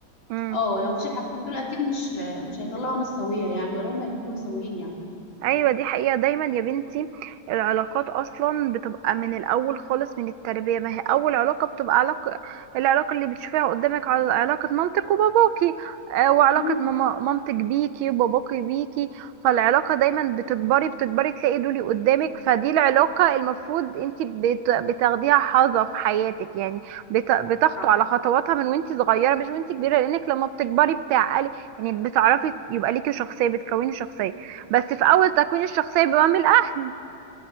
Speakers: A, on the right (about 80°); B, on the left (about 65°).
A: مم.
B: اه لو ما فيش الحاجتين دول اكيد مش مش هيطلعوا ناس سويه يعني ولا هم يكونوا سويين يعني
A: ايوه دي حقيقة دايما يا بنتي العلاقات اصلا بتبقى من الاول خالص من التربية ما هي اول علاقة بتبقى علاقة العلاقة اللي بتشوفيها قدامك على علاقة مامتك وباباكي آه وعلاقة
B: امم
A: ماما مامتك بيكي وباباكي بيكي فالعلاقة دايما بتكبري بتكبري تلاقي دولي قدامك فدي العلاقة المفروض انت بت... بتاخديها حظة في حياتك يعني بت... بتخطو
B: صح
A: على خطواتها من وانت صغيرة مش وانت كبيرة لانك لما بتكبري بتعقلي يعني بتعرفي يبقى ليكي شخصية بتكوني شخصية بس في أول تكوين الشخصية بيبقى من الأهل